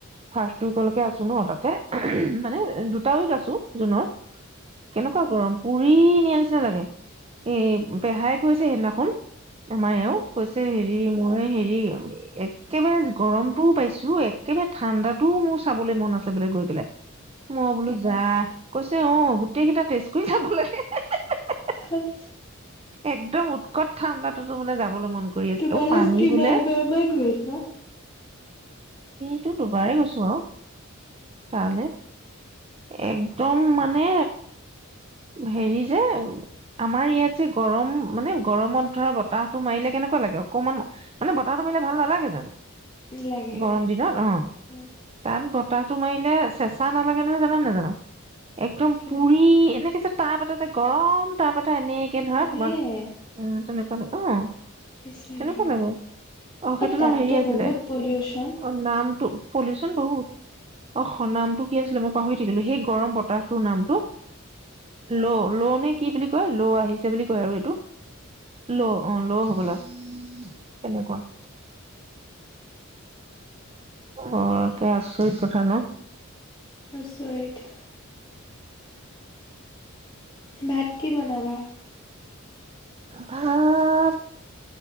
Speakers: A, on the right (about 30°); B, on the left (about 20°).
A: ফাৰ্ষ্ট উইকলৈকে আছো ন' তাতে। <unintelligible> মানে দু দুটা উইক আছো জুনৰ, কেনেকুৱা গৰম পুৰিই নিয়াৰ নিচিনা লাগে, এই পেহাই কৈছে সেইদিনাখন। আমাৰ এওঁ কৈছে হেৰি, মই হেৰি। এ, একেবাৰে গৰমটোও পাইছো একেবাৰে ঠাণ্ডাতটোও মোৰ চাবলৈ মন আছে বোলে গৈ পেলাই, মই বোলো যাহ! কৈছে অ, গোটেই কেইটা টেষ্ট কৰি চাব লাগে হা-হা-হা-হা-হা।
B: আ <unintelligible>
A: একদম উৎকট ঠাণ্ডাটো টো বোলে যাবলৈ মন। কৰি আছে
B: তোমালোক
A: অ পানী
B: কিমান
A: বোলে
B: বাৰ মান গৈছা?
A: তো দুবাৰেই গৈছো আউ, তালৈ, একদম মানে হেৰি যে, আমাৰ ইয়াত যে গৰম মানে গৰমত ধৰা বতাহতটো মাৰিলে কেনেকুৱা লাগে অকমান, মানে বতাহত মাৰিলে ভাল নালাগে জানো? <inaudible>
B: লাগে
A: গৰম দিনত অ,
B: উম,
A: তাত বতাহ। তো মাৰিলে চেঁচা নালাগে নহয় জান নে নাজানা? একদম
B: কিন্তু
A: পুৰী এনে- <unintelligible> যে তাপ এটা যে গৰম তাপ এটা এনে <unintelligible> ধৰা
B: সেয়ে
A: তোমাক, উম তেনেকুৱা লাগে। অ'।
B: ইচ ৰাম।
A: কেনেকুৱা লাগে। অ', সেইটোৰ
B: তাততো
A: নাম হেৰি আছিলে,
B: বহুত পলিউশ্যন
A: এ অ অ নামটো পলিউশন বহুত। অস অ নামটো কি আছিলে মই পাহৰি থাকিলো সেই গৰম বতাহটোৰ নামটো। ল' ল' নে কি বুলি কয় ল' আহিছে বুলি কয় আৰু এইটো। ল', অ', ল', হ গলা <inaudible> কেনেকুৱা <inaudible> অ', একে আচৰিত কথা ন?
B: আচৰিত <inaudible> ভাত কি বনাবা?
A: ভাত,